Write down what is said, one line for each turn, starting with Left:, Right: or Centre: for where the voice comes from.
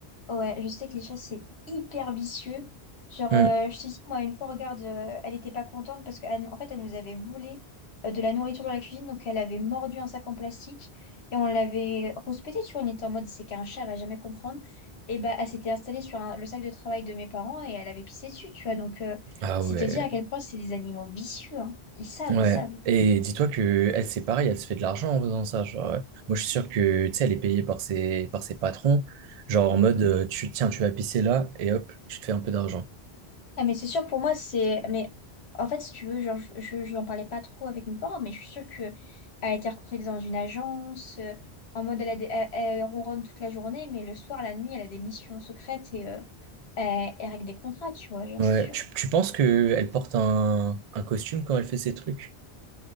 Left: Ouais, je sais que les chats, c'est hyper vicieux. Genre,
Right: Hmm.
Left: euh, je te dis, moi, une fois, regarde, euh, elle était pas contente parce qu'en en fait, elle nous avait volé euh, de la nourriture dans la cuisine. Donc, elle avait mordu un sac en plastique et on l'avait rouspété, tu vois. On était en mode, c'est qu'un chat, elle va jamais comprendre. Et bah, elle s'était installée sur un- le sac de travail de mes parents et elle avait pissé dessus, tu vois. Donc, euh,
Right: Ah
Left: c'est
Right: ouais,
Left: te dire à quel point c'est des animaux vicieux. hein. Ils savent,
Right: ouais.
Left: ils savent.
Right: Et dis-toi que elle, c'est pareil, elle se fait de l'argent en faisant ça. Genre, euh, moi, je suis sûr que, tu sais, elle est payée par ses, par ses patrons. Genre en mode, euh, tu, tiens, tu vas pisser là et hop, tu te fais un peu d'argent.
Left: Ah, mais c'est sûr, pour moi, c'est. Mais en fait, si tu veux, genre, je, je, n'en parlais pas trop avec mes parents, mais je suis sûre qu'elle a été recrutée dans une agence, euh, en mode elle, a des- elle, elle ronronne toute la journée, mais le soir, la nuit, elle a des missions secrètes et euh, elle, elle règle des contrats, tu vois, genre,
Right: Ouais.
Left: c'est sûr.
Right: Tu, tu penses que elle porte un, un costume quand elle fait ses trucs?